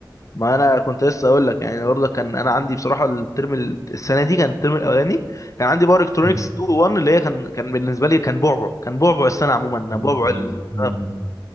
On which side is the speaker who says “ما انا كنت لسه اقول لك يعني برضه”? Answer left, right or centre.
Left